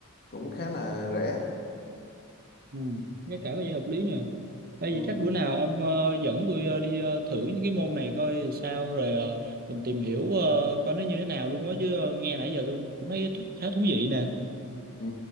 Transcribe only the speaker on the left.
cũng khá là rẻ
ừ.
Ừ.